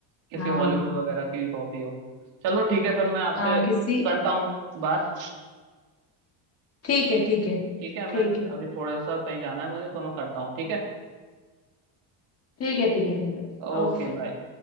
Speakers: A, on the right; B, on the left.
A: किसी
B: हाँ
A: हॉलीवुड वगैरह की कॉपी हो चलो ठीक है फिर मैं आपसे
B: हाँ किसी
A: करता हूँ बात
B: ठीक है ठीक है
A: ठीक है मैं
B: ठीक है
A: अभी थोड़ा सा कहीं जाना है मुझे तो मैं करता हूँ ठीक है
B: ठीक है ठीक है ठीक है
A: Okay
B: ओके
A: bye